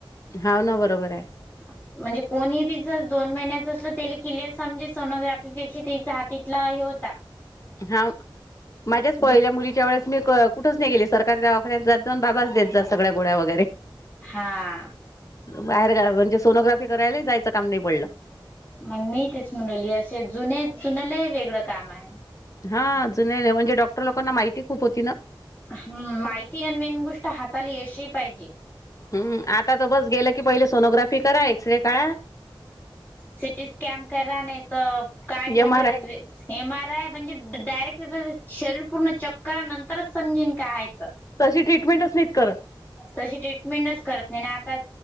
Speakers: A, on the left (about 40°); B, on the left (about 20°).
A: हाव ना बरोबर आहे.
B: <unintelligible> म्हणजे कोणीही बी जर दोन महिन्याच असलं त्याला क्लिअर समजे सोनोग्राफीपेक्षा पेक्षा त्याचा हात इथला हे होता.
A: हा माझ्याच
B: म्हणजे
A: पहिल्या मुलीच्या वेळेस मी कुठच नाही गेली सरकारी दवाख्यात जात जाऊन बाबाच देत जात सगळ्या गोडळ्या वगैरे
B: हा.
A: बाहेर गावी म्हणजे सोनोग्राफी करायला जायचं काम नाही पडलं
B: मग मी तेच म्हणवली असे जुने जुन्यालाही वेगळं काम आहे.
A: हा जुन्या म्हणजे डॉक्टर लोकांना माहिती खूप होती ना
B: ह माहिती आणि मेन गोष्ट हाताले यश हि पाहिजे.
A: हम्म आता तर बस गेलं की पहिले सोनोग्राफी करा एक्सरे काढा
B: सिटी स्कॅन करा नाही तर काय म्हणजे
A: एम आर आय
B: एम आर आय म्हणजे डायरेक्ट शरीर पूर्ण चेक करा नंतरच समजीन काय हाय ते
A: तशी ट्रीटमेंटच असली तर
B: तशी ट्रीटमेंटच करत नाही आता